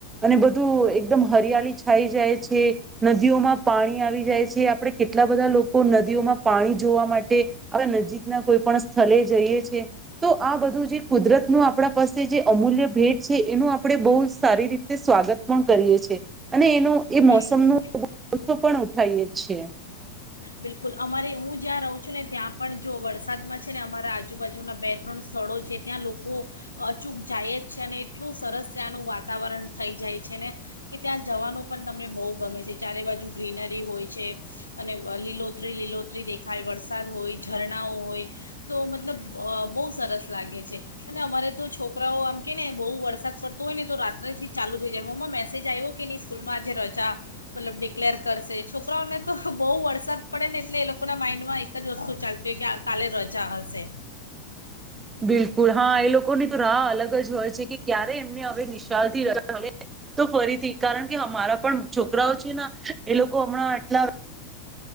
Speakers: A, on the right; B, on the left.
A: અને બધું એકદમ હરિયાળી જાયી જાય છે નદીઓમાં પાણી આવી જાય છે આપડણે કેટલા બધા લોકો નદીઓમાં પાણી જોવા માટે હવે નજીકના કોઈ પણ સ્થળ જઈએ છે તો આ બધું જે કુદરતનું આપણા પાસે જે અમૂલ્ય ભેટ છે એનું આપણે બહુ સારી રીતે સ્વાગત પણ કરીએ જીયે છે અને એનું એ મોસમનો
B: બિલકુલ
A: <unintelligible> પણ ઉઠાઈએ છે
B: બિલકુલ અમારે હું જ્યાં રહું છું ને ત્યાં પણ જો વરસાદમાં છે ને અમારા આજુબાજુના બે ત્રણ સ્થળો છે ત્યાં લોકો અચૂક જાય જ છે અને એટલું સરસ ત્યાંનું વાતાવરણ થઈ જાય છે ને કે ત્યાં જવાનું પણ તમને બોહ ગમે છે ચારે બાજુ ગ્રીનરી હોય છે અને લીલોતરી લીલોતરી દેખાય વરસાદ હોય ઝરણાઓ હોય તો મતલબ બહુ સરસ લાગે છે અને અમારે તો છોકરાઓ આમ કે ને બહુ વરસાદ પડતો હોય ને તો રાત્રેથી જ ચાલુ થઈ જાય મમ્મા મેસેજ આવ્યો કે ની સ્કૂલમાં આજે રજા મતલબ ડિક્લેર કરશે છોકરાઓને તો બહુ વર્ વરસાદ પડે ને એટલે એ લોકોના માઇન્ડમાં એક જ વસ્તુ ચાલતી હોય કે આ કાલે રજા હશે
A: બિલકુલ હા એ લોકોની તો રાહ અલગ જ હોય છે કે ક્યારે એમને હવે નિશાલ થી રજા મળે તો ફરીથી કારણ કે હમારા પણ છોકરાઓ છે ના એ લોકો હમણાં એટલા